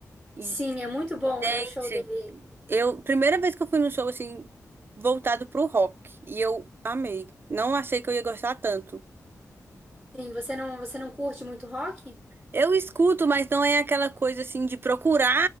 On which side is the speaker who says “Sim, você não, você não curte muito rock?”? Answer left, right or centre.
Centre